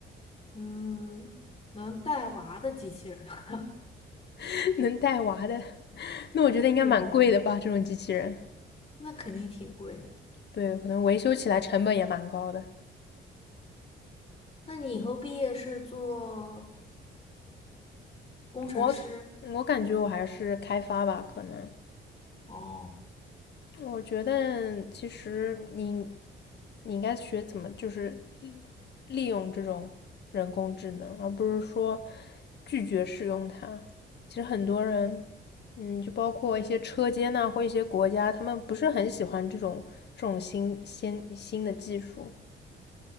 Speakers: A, on the left (about 30°); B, on the left (about 60°).
A: 嗯，能带娃的机器人。<laughs>
B: <laughs> 能带娃的，<laughs> 那我觉得应该蛮贵的吧，
A: 对呀，
B: 这种机器人。
A: 那肯定挺贵的。
B: 对，可能维修起来成本也蛮高的。
A: 那你以后毕业是做
B: 嗯
A: 工程师？
B: 我我感觉我还是开发吧，可能。
A: 哦，
B: 我觉得其实你你应该学怎么就是利用这种人工智能，而不是说拒绝使用它。其实很多人，嗯，就包括一些车间呐、或一些国家，他们不是很喜欢这种这种新先新的技术。